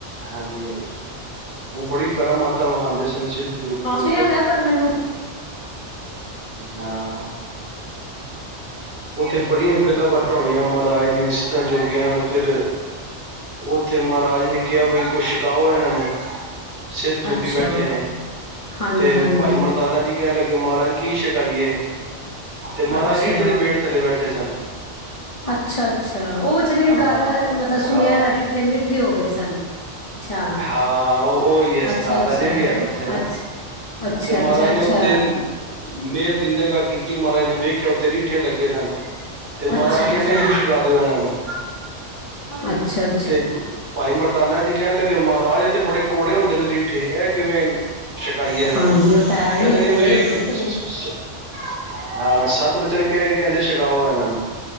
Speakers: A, on the right; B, on the left.
A: ਹਾਂਜੀ ਹਾਂਜੀ ਉਹ ਬੜੀ ਕਰਮ ਮਾਤਾਵ ਵਿਖਾਾਂਂਦੇ ਸਨ ਸਿੱਧ ਜੋਗੀ
B: ਹਾਂ
A: ਉੱਥੇ
B: ਸੁਿਆਦਾ ਪਰ ਮੈਨੂੰ
A: ਹਾਂ ਉੱਥੇ ਬੜੀਆਂ ਗੱਲਾਂ ਬਾਤਾਂ ਹੋਈਆਂ ਮਹਾਰਾਜ ਦੀਆਂ ਸਿੱਧਾ ਜੋਗੀਆਂ ਨਾਲ ਫਿਰ ਉੱਥੇ ਮਹਾਰਾਜ ਨੇ ਕਿਹਾ ਬਈ ਕੁੱਛ ਛਕਾਓ ਇਹਨਾਂ ਨੂੰ ਸਿੱਧ ਜੋਗੀ
B: ਅੱਛਾ
A: ਬੈਠੇ ਨੇ
B: ਹਾਂਜੀ
A: ਤੇ
B: ਹਾਂਜੀ
A: ਭਾਈ ਮਰਦਾਨਾ ਜੀ ਕਹਿਣ ਲੱਗੇ ਮਹਾਰਾਜ ਕੀ ਸ਼ਛਿਕਾਈਏ ਤੇ ਮਹਾਰਾਜ
B: ਅੱਛਾ
A: ਰੀਠੇ ਦੇ ਪੇਟ ਥੱਲੇ ਬੈਠੇ ਸਨ
B: ਅੱਛਾ ਅੱਛਾ ਉਹ ਅੱਛਾ ਜਿਹੜੀ
A: ਹਾਂ
B: ਗੱਲ ਮਤਲਬ ਸੁਣਿਆ
A: ਹਾਂ
B: ਦਾ ਰੀਠੇ ਮੀਠੇ ਹੋ ਗਏ ਸਨ ਅੱਛਾ
A: ਹਾਂ ਉਹ ਹੀ ਹੈ
B: ਅੱਛਾ
A: ਸਥਾਨ
B: ਅੱਛਾ
A: ਅਜੇ ਵੀ ਹੈ ਉੱਥੇ ਨਾ
B: ਅੱਛ ਅੱਛਾ
A: ਤੇ ਮਹਾਰਾਜ
B: ਅੱਛਾ ਅੱਛਾ
A: ਨੇ ਉੱਥੇ ਮਿਹਰ ਦੀ ਨਗਾ ਕੀਤੀ ਮਹਾਰਾਜ ਨੇ ਵੇਖ ਰੱਖਿਆ ਉੱਤੇ ਰੀਠੇ ਲੱਗੇ ਸਨ ਤੇ ਮਹਾਰਾਜ
B: ਅੱਛਾ ਅੱਛਾ
A: ਕਹਿੰਦੇ ਛਕਾ ਦਿਓ ਇਹਨਾਂ ਨੂੰ
B: ਅੱਛਾ ਅ
A: ਤੇ ਭਾਈ ਮਰਦਾਨਾ ਜੀ ਕਹਿਣ ਲੱਗੇ ਮਹਾਰਾਜ ਤੇ ਬੜੇ ਕੜੇ ਹੁੰਦੇ ਨੇ ਰੀਠੇ ਇਹ ਕਿਵੇਂ ਛਕਾਈਏ ਇਹਨਾਂ
B: ਹਾਂਜੀ
A: ਨੂੰ
B: ਉਹ ਤਾਂ ਹੈ ਹੀ
A: ਕਹਿੰਦੇ ਨੀ
B: ਕੌੜੇ
A: ਤੁਸੀਂ
B: ਹੁੰਦੇ ਕਿੰਨੇ
A: ਹਾਂ ਸੱਤ ਬਚਨ ਕਿਹਾਹਿ ਗ ਕਹਿੰਦੇ ਛਕਾਓ ਇਹਨਾਂ ਨੂੰ